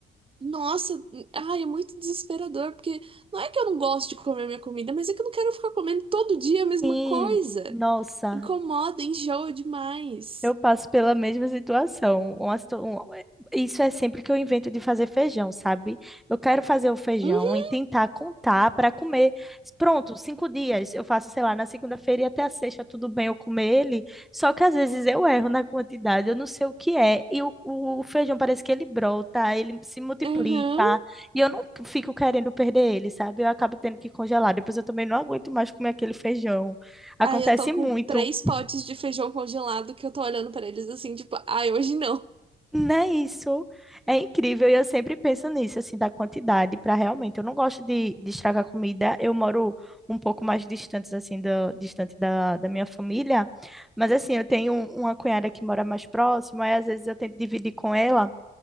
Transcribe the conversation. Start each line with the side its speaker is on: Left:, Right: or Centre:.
Right: Nossa, ai, é muito desesperador, porque não é que eu não gosto de comer minha comida, mas é que eu não quero ficar comendo todo dia a mesma
Centre: Sim,
Right: coisa.
Centre: nossa.
Right: Incomoda, enjoa demais.
Centre: Eu passo pela mesma situação. Uma situa- um- é- Isso é sempre que eu invento de fazer feijão, sabe? Eu quero fazer o feijão
Right: Uhum,
Centre: e tentar contar para comer. Pronto, cinco dias. Eu faço, sei lá, na segunda-feira e até a sexta, tudo bem eu comer ele. Só que às vezes eu erro na quantidade, eu não sei o que é. E o, o feijão parece que ele brota, ele se multiplica.
Right: uhum.
Centre: E eu não fico querendo perder ele, sabe? Eu acabo tendo que congelar. Depois eu também não aguento mais comer aquele feijão. Acontece
Right: Aí eu tô com
Centre: muito.
Right: três potes de feijão congelado que eu tô olhando pra eles assim, tipo, ai, hoje não.
Centre: Não é isso. É incrível e eu sempre penso nisso, assim, da quantidade para realmente. Eu não gosto de, de estragar comida. Eu moro um pouco mais distante, assim, do, distante da, da minha família. Mas, assim, eu tenho um- uma cunhada que mora mais próxima e às vezes eu tento dividir com ela.